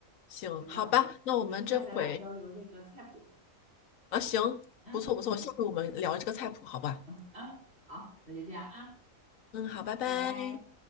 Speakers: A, on the left; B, on the right.
A: 行，
B: 行吧，
A: 好吧，那我们这回
B: 有时间咱俩交流这个菜谱，
A: 啊，行，
B: 嗯嗯嗯
A: 不错不错，下回我们聊这个菜谱，好吧？
B: 嗯，嗯好，那就这样啊，
A: 嗯，好，
B: 好，
A: 拜拜。
B: 拜拜。